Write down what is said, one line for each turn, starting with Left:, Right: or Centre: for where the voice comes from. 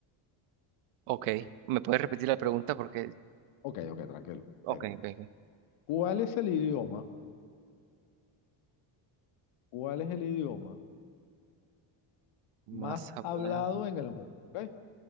Right: Ok, ¿me puedes repetir la pregunta? Porque,
Left: Ok, ok, tranquilo.
Right: ok,
Left: Mira,
Right: ok, ok.
Left: ¿cuál es el idioma? ¿Cuál es el idioma
Right: Más
Left: más
Right: hablado.
Left: hablado en el mundo? ¿ok?